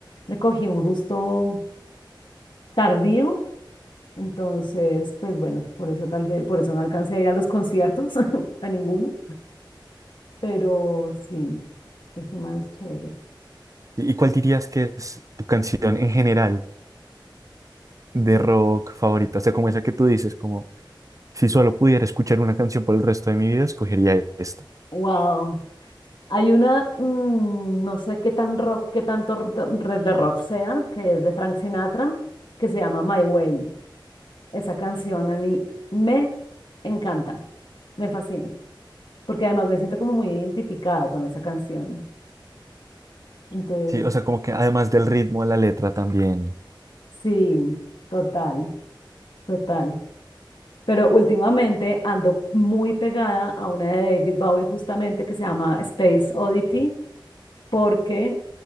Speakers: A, on the left (about 70°); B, on the right (about 40°).
A: le cogí un gusto tardío. Entonces, pues bueno, por eso tal vez, por eso no alcancé a ir a los conciertos, <laughs> a ninguno. Pero sí, este man es chévere.
B: ¿Y y cuál dirías que es tu canción en general de rock favorita? O sea, como esa que tú dices, como si solo pudiera escuchar una canción por el resto de mi vida, escogería esta.
A: Wow. Hay una, mm, no sé qué tan rock, qué tanto r- red de rock sea, que es de Frank Sinatra, que se llama My Way. Esa canción a mí me encanta, me fascina, porque además me siento como muy identificada con esa canción. Entonces,
B: Sí, o sea, como que además del ritmo de la letra también.
A: sí, total, total. Pero últimamente ando muy pegada a una de David Bowie justamente que se llama Space Oddity, porque